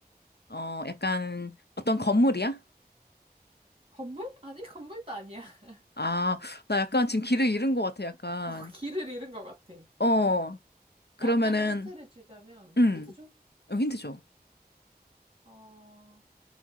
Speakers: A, on the left; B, on the right.
A: 어, 약간 어떤 건물이야?
B: 건물? 아니, 건물도 아니야. <laughs>
A: 아, 나 약간 지금 길을 잃은 것 같아. 약간.
B: 어, 길을 잃은 것 같아.
A: 어. 그러면은
B: 약간의 힌트를 주자면,
A: 음.
B: 힌트 줘.
A: 어, 힌트 줘.
B: 어,